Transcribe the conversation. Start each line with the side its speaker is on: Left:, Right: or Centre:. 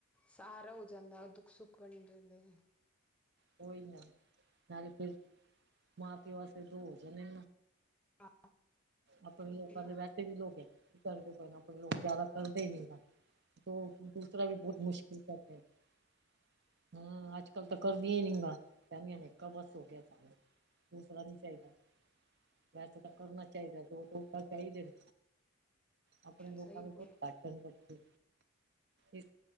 Centre: ਸਹਾਰਾ ਹੋ ਜਾਂਦਾ ਦੁੱਖ-ਸੁੱਖ ਬਣੇ ਰਹਿੰਦੇ।
Right: ਕੋਈ ਨਾ, ਨਾਲ ਤੇ ਫੇਰ, ਮਾਂ-ਪਿਓ ਵਾਸਤੇ ਦੋ ਹੋ ਜਾਣੇ।
Centre: ਆ,
Right: ਆਪਣੇ
Centre: ਹੋ
Right: ਲੋਕਾਂ
Centre: ਗਿਆ
Right: ਦੇ ਬਹਿਸ ਵੀ ਲੋਕ ਕੀ, ਕਰਦੇ ਪੈਣਾ ਆਪਣੇ ਲੋਕ ਜ਼ਿਆਦਾ ਕਰਦੇ ਹੀ ਨਹੀਂ ਕੰਮ। ਦੂਸਰਾ ਵੀ ਬਹੁਤ ਮੁਸ਼ਕਿਲ ਕਰ ਤਾਹਾਂ, ਜ ਕੱਲ ਤਾਂ ਕਰ। ਵੀ ਨੀ ਕਹਿੰਦੀਆਂ, ਨੇ ਇੱਕ ਬਸ ਹੋ ਗਿਆ ਸਾਨੂੰ। ਦੂਸਰਾ ਨੀ ਚਾਹੀਦਾ ਵੈਸੇ। ਤਾਂ ਕਰਨਾ ਚਾਹੀਦੇ ਨੇ ਆਪਣੇ ਲੋਕਾਂ
Centre: ਸਹੀ
Right: ਦੇ
Centre: ਬੋਲ
Right: ਬਹੁਤ
Centre: ਰਹੇ ਹੋ।
Right: ਘੱਟ ਨੇ ਕੱਚੇ। ਇਸ